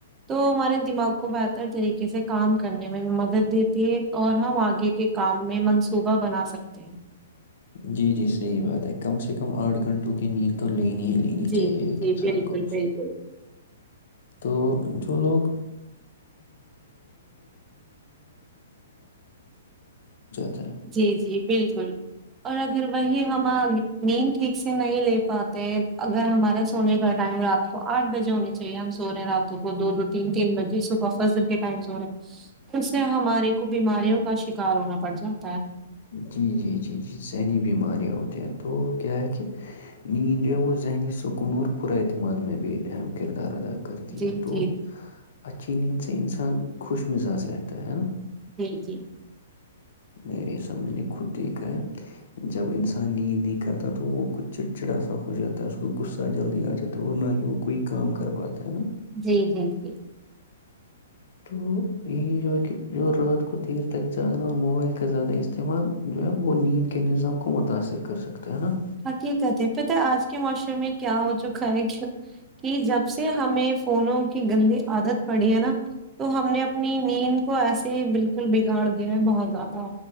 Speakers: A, on the right (about 20°); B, on the left (about 65°).
A: تو ہمارے دماغ کو بہتر طریقے سے کام کرنے میں مدد دیتی ہے اور ہم آگے کے کام میں منصوبہ بنا سکتے ہیں
B: جی جی صحیح بات ہے کم سے کم آٹھ گھنٹوں کی نیند تو لین لینی
A: جی
B: چاہیے ایک
A: جی
B: انسان
A: بالکل
B: کو
A: بالکل
B: تو جو <unintelligible> <unintelligible>
A: جی جی بالکل اور اگر وہی ہم نیند ٹھیک سے نہیں لے پاتے اگر ہمارا سونے کا ٹائم رات کو آٹھ بجے ہونی چاہیے ہم سو رہے ہیں راتوں کو دو دو تین تین بجے صبح فضر کے ٹائم سو رہے اس سے ہمارے کو بیماریوں کا شکار ہونا پڑ جات <unintelligible> چ <unintelligible>
B: جی جی جی جی ذہنی بیماریاں ہوتی ہیں تو کیا ہے کہ نیند جو ہے وہ ذہنی سکون اور پرا اعتماد میں بھی اہم کردار ادا کر <unintelligible> کرتی
A: جی
B: ہیں تو
A: جی جی
B: اچھا <unintelligible> جھید سے انسان خوش مزاج رہتا ہے نا
A: جی جی
B: میرے سب میں نے خود دیکھا ہے جب انسان نیند نہیں کرتا تو وہ کچھ چڑچڑا سا ہو جاتا ہے اس کو غصہ جلدی آ جاتا ہے اور نہ ہی وہ کوئی کام کر پاتا ہے نا
A: جی جی جی
B: تو یہی جو ہے کہ جو رات کو دیر تک جاگنا اور موبائل کا زیادہ استعمال جو ہے وہ نیند کے نظام کو متاثر کر سکتا ہے نا <unintelligible>
A: ہقی کہتے پت آج کے معاشرے میں کیا ہو چکا ہے کہ جب سے ہمیں فونوں کی گندی عادت پڑی ہے نا تو ہم نے اپنی نیند کو ایسے بالکل بگاڑ دیا ہے بہت زیادہ